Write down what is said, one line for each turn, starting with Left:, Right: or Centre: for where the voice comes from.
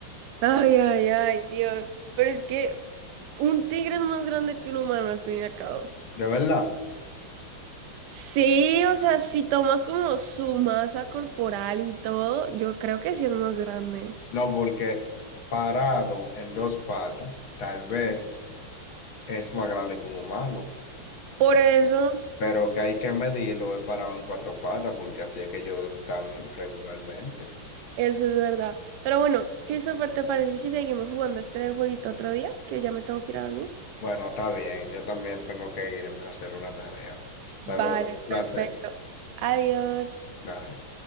Right: Ay, ay, ay, Dios. Pero es que un tigre es más grande que un humano al fin y al cabo.
Left: ¿De verdad?
Right: Sí, o sea, si tomas como su masa corporal y todo, yo creo que sí es más grande.
Left: No, porque parado en dos patas, tal vez es más grande que un humano.
Right: Por eso,
Left: Pero que hay que medirlo, he parado en cuatro patas porque así es que ellos están regularmente.
Right: eso es verdad. Pero bueno, Christopher, ¿te parece si seguimos jugando este jueguito otro día? Que ya me tengo que ir a dormir.
Left: Bueno, está bien, yo también tengo que irme a hacer una tarea.
Right: Vale,
Left: Hasta luego, placer.
Right: perfecto. Adiós.
Left: Bye.